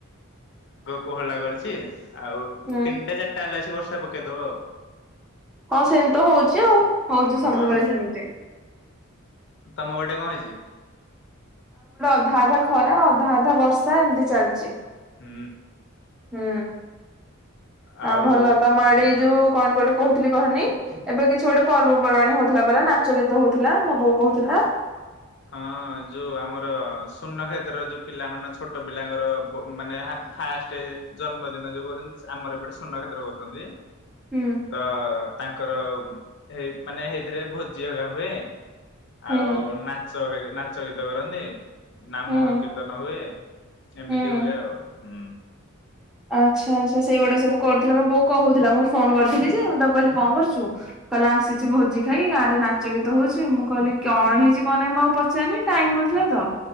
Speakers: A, on the left; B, in the centre.
A: କୋହଳା କରିଛି ଆଉ
B: ହୁଁ
A: ତିନିଟା ଚାରିଟା ହେଲା ଆସ ବର୍ଷ ପକେଇଦବ ଆଉ।
B: ହଁ ସେମିତି ତ ହଉଛି ଆଉ। ହଉଛି ସବୁବେଳେ
A: ହଁ
B: ସେମିତି।
A: ତମ ଗୋଟେ କଣ ହେଇଛି
B: ଅଧାଧା ଖରା ଅଧାଧା ବର୍ଷା ଏମିତି ଚାଲିଛି।
A: ହୁଁ।
B: ହୁଁ।
A: ଆଉ
B: ଆ ଭଲ ତମ ଆଡେଇ ଯୋଉ କଣ ଗୋଟେ କହୁଥିଲି କହନି ଏବେ କିଛି ଗୋଟେ ପର୍ବ ର୍ବାଣୀ ହଉଥିଲା ପରା ନାଚ ଗୀତ ହଉଥିଲା ମୋ ବୋଉ କହୁଥିଲା।
A: ହଁ ଯୋଉ ଆମର ଶୂନ୍ୟକ୍ଷେତ୍ର ଯୋଉ ପିଲା ମାନ ଛୋଟ ପିଲାଙ୍କର ମାନେ ଫାଷ୍ଟ ଜନ୍ମଦିନ ଯୋଉ କହୁଛନ୍ତି ଆମର ଏ ଗୋଟେ ଶୂନ୍ୟକ୍ଷେତ୍ର କହୁଛନ୍ତି।
B: ହୁଁ
A: ତ ତାଙ୍କର ଏ ମାନେ ଏଇଥିରେ ଭୋଜି ଅଗା ହୁଏ।
B: ହୁଁ
A: ଆଉ ନାଚ ନାଚଗୀତ କରନ୍ତି ନାମ
B: ହୁଁ
A: ସଂକୀର୍ତ୍ତନ ହୁଏ। ଏମିତି
B: ହୁଁ।
A: ହୁଏ ଆଉ। ହୁଁ
B: ଆଚ୍ଛା ଆଚ୍ଛା ସେଇଗୁଟା ସବୁ କରୁଥିଲେ ମୁ ବୋଉ କହୁଥିଲା ମୁଁ ଫୋନ କରିଥିଲି ଯେଁ ତ କହିଲି କଣ କରୁଛୁ କହିଲେ ଆସିଛି ଭୋଜି ଖାଇ ଗାଁ ରେ ନାଚ ଗୀତ ହଉଛି ମୁଁ କହିଲି କଣ ହେଇଛି କଣ ନାହିଁ ମୁଁ ଆଉ ପଚାରନି ଟାଇମ ନଥିଲା ତ।